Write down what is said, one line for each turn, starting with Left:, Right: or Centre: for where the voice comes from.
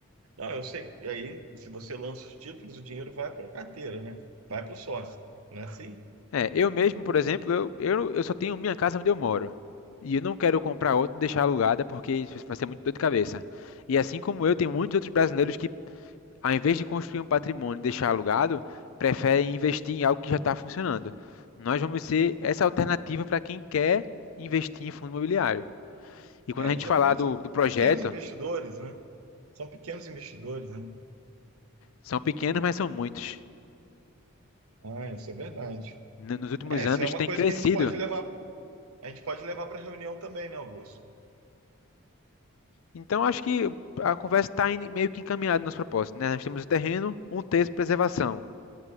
Right: Não, eu sei. que Aí, se você lança os títulos, o dinheiro vai para a carteira, né? Vai para o sócio, não é assim?
Left: É, eu mesmo, por exemplo, eu, eu, eu só tenho minha casa onde eu moro. E eu não quero comprar outra e deixar alugada porque isso vai ser muito dor de cabeça. E assim como eu, tem muitos outros brasileiros que, ao invés de construir um patrimônio e deixar alugado, preferem investir em algo que já está funcionando. Nós vamos ser essa alternativa para quem quer investir em fundo imobiliário. E quando
Right: É,
Left: a gente
Right: geralmente
Left: falar do,
Right: são
Left: do projeto,
Right: pequenos investidores, né? São pequenos investidores, né?
Left: são pequenos, mas são muitos.
Right: Ah, isso é verdade.
Left: N- Nos últimos
Right: É,
Left: anos
Right: isso é uma
Left: tem
Right: coisa
Left: crescido.
Right: que a gente pode levar, a gente pode levar para reunião também, né, Augusto?
Left: Então, acho que a conversa está meio que encaminhada nas propostas, né? Nós temos o terreno, um terço de preservação.